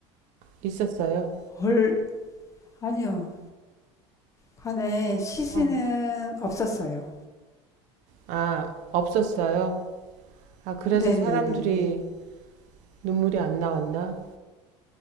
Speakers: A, on the right; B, on the left.
A: 있었어요?
B: 헐. 아니요. 관에 시신은
A: 어.
B: 없었어요.
A: 아, 없었어요? 아, 그래서
B: 네네네네.
A: 사람들이 눈물이 안 나왔나?